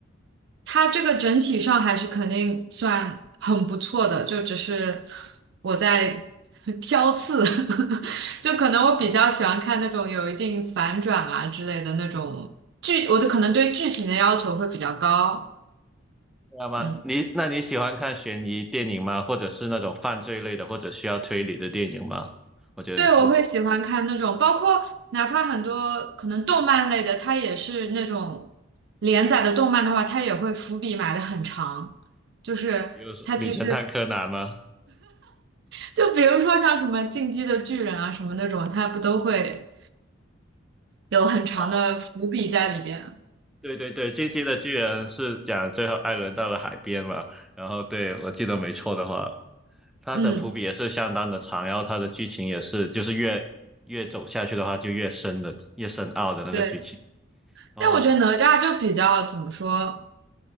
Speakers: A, on the right; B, in the centre.
A: 他这个整体上还是肯定算很不错的，就只是我在 <laughs> 挑刺，<laughs> 就可能我比较喜欢看那种有一定反转啊之类的那种剧，我的可能对剧情的要求会比较高。
B: 那么你那你喜欢看悬疑电影吗？
A: 嗯。
B: 或者是那种犯罪类的，或者需要推理的电影吗？我觉得是。
A: 对，我会喜欢看那种，包括哪怕很多可能动漫类的，它也是那种连载的动漫的话，它也会伏笔埋的很长，就是它其实
B: 比如说《名侦探柯南》吗？
A: 就比如说像什么《进击的巨人》啊什么那种，它不都会有很长的伏笔在里边？
B: 哦，对对对，《进击的巨人》是讲最后艾伦到了海边嘛，然后对我记得没错的话，他的伏笔也是相当的长，
A: 嗯，
B: 然后他的剧情也是就是越越走下去的话就越深的越深奥的那个剧情。
A: 对。
B: 哦
A: 但我觉得哪吒就比较怎么说